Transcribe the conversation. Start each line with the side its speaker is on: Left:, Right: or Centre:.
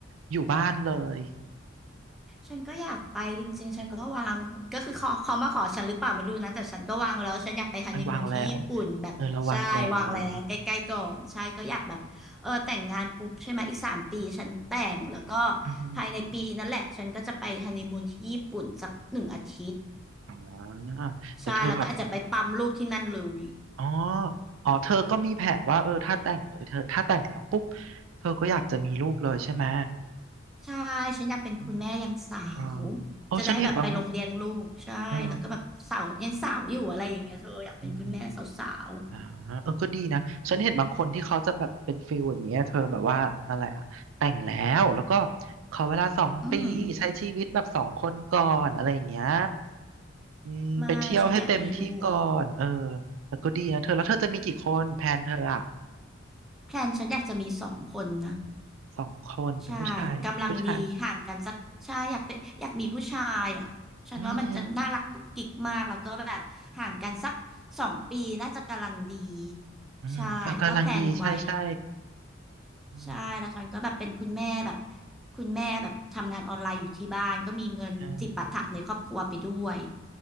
Right: อยู่บ้านเลย
Centre: ฉันก็อยากไปจริงๆ ฉันก็วางก็คือเขาเขามาขอฉันหรือเปล่าไม่รู้นะแต่ฉันก็วางแล้วฉันอยากไปฮันนีมูนที่ญี่ปุ่นแบบใช่วางแล้วใกล้ๆก่อนใช่ก็อยากแบบเออแต่งงานปุ๊บใช่ไหมอีกสามปีฉันแต่งแล้วก็
Right: ระวังแล้วเออระวังก่อนเลยอือฮึ
Centre: ภายในปีนั่นแหละฉันก็จะไปฮันนีมูนที่ญี่ปุ่นสักหนึ่งอาทิตย์
Right: อ๋อแต่เธอแบบ
Centre: ใช่แล้วก็อาจจะไปปั๊มลูกที่นั่นเลย
Right: อ๋ออ๋อเธอก็มีแผนว่าเออถ้าแต่งเลยเธอถ้าแต่งแล้วปุ๊บเธอก็อยากจะมีลูกเลยใช่ไหม
Centre: ใช่ฉันอยากเป็นคุณแม่ยังสาว
Right: อืมเออโอ้ฉันเห็นบาง
Centre: จะได้แบบไปลงเลี้ยงลูกใช่แล้วก็แบบสาวยังสาวอยู่อะไรอย่างเงี้ยเธออยากเป็นคุณแม่สาว
Right: เอออืมอ่าเออก็ดีนะฉันเห็นบางคนที่เขาจะแบบเป็นฟิลอย่างเงี้ยเธอแบบว่าอะไรอะแต่งแล้วแล้วก็ขอเวลาสองปีใช้ชีวิตแบบสองคนก่อนอะไรอย่างเงี้ย
Centre: ๆอืม
Right: อืมไปเที่ยวให้เต็มที่ก่อนเออ
Centre: ไม่ฉันอยากมีลูก
Right: แต่ก็ดีนะเธอแล้วเธอจะมีกี่คนแพลนเธออะ
Centre: แพลนฉันอยากจะมีสองคนนะ
Right: สองคนเป็นผู้ชายผู้ชาย
Centre: ใช่กำลังดีห่างกันสักใช่อยากเป็นอยากมีผู้ชายอ่ะฉันว่ามันจะน่ารักกุ๊กกิ๊กมากแล้วก็แบบห่างกันสักสองปีน่าจะกำลังดี
Right: อืม อืมเออกำลังดีใช่ใช่
Centre: ใช่ก็แพลนไว้
Right: อืม
Centre: ใช่แล้วฉันก็แบบเป็นคุณแม่แบบคุณแม่แบบทำงานออนไลน์อยู่ที่บ้านก็มีเงินจิปาถะในครอบครัวไปด้วย
Right: อ่า